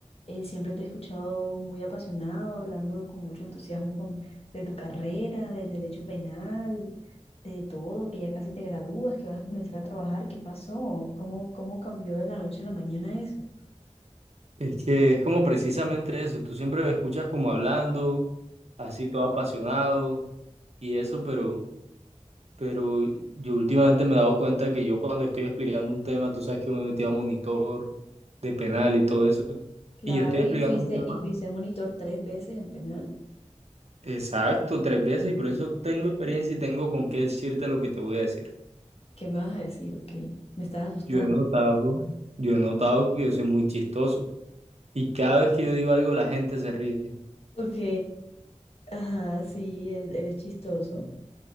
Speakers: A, on the left; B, on the right.
A: eh, siempre te he escuchado muy apasionado, hablando con mucho entusiasmo con, de tu carrera, del derecho penal, de todo, que ya casi te gradúas, que vas a comenzar a trabajar. ¿Qué pasó? ¿Cómo, cómo cambió de la noche a la mañana eso?
B: Es que es como precisamente eso, tú siempre me escuchas como hablando, así todo apasionado y eso, pero... pero yo últimamente me he dado cuenta que yo cuando estoy explicando un tema, tú sabes que yo me he a monitor de penal y todo eso,
A: Claro,
B: y yo estoy explicando
A: y fuiste,
B: un tema
A: y fuiste monitor tres veces en penal.
B: exacto tres veces y por eso tengo experiencia y tengo con qué decirte lo que te voy a decir.
A: ¿Qué me vas a decir? Ok, me estás asustando.
B: Yo he notado, yo he notado que yo soy muy chistoso y cada vez que yo digo algo la gente se ríe.
A: Ok, ajá, sí, e- eres chistoso.